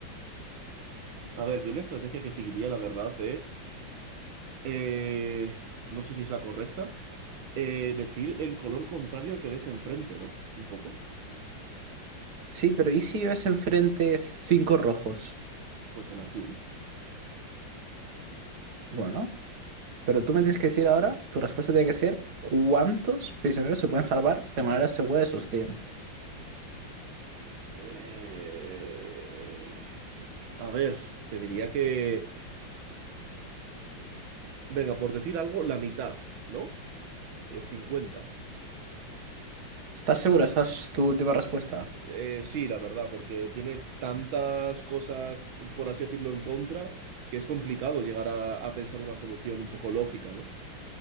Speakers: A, on the right; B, on the right.
A: A ver, yo la estrategia que seguiría, la verdad, es, eh, no sé si es la correcta, eh, decir el color contrario al que ves enfrente, ¿no? Un poco,
B: Sí, pero ¿y si ves enfrente cinco rojos?
A: pues el azul.
B: Bueno, pero tú me tienes que decir ahora, tu respuesta tiene que ser ¿cuántos prisioneros se pueden salvar de manera segura de esos cien.
A: Eh, A ver, te diría que... Venga, por decir algo, la mitad, ¿no? Los cincuenta
B: ¿Estás seguro? ¿Esta es tu última respuesta?
A: Eh, sí, la verdad, porque tiene tantas cosas, por así decirlo, en contra, que es complicado llegar a, a pensar una solución un poco lógica, ¿no?